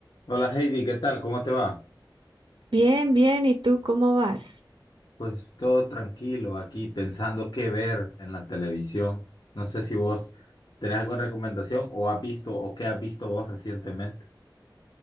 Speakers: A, on the left; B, on the right.
A: Hola Heidi, ¿qué tal? ¿Cómo te va?
B: Bien, bien, ¿y tú cómo vas?
A: Pues todo tranquilo aquí pensando qué ver en la televisión. No sé si vos tenés alguna recomendación o has visto o qué has visto vos recientemente.